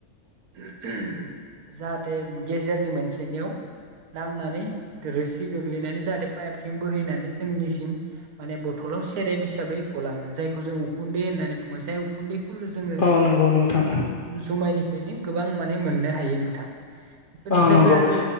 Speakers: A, on the right; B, on the left.
A: <unintelligible> जाहाथे गेजेरनि मोनसेनियाव नांनानै रोसि गोग्लैनानै जाहाथे पाइपसिम बोहैनानै जोंनिसिम माने बथ'लाव सेरेब हिसाबै गलाङो जायखौ जों उखुन्दै होननानै बुङो जाय उखुन्दै <unintelligible> जोङो
B: औ नंगौ नोंथां
A: बेफोर जुमायनि बेनो गोबां माने मोननो हायो नोंथां बेफोरनिफ्रायबो
B: औ नंगौ
A: आरो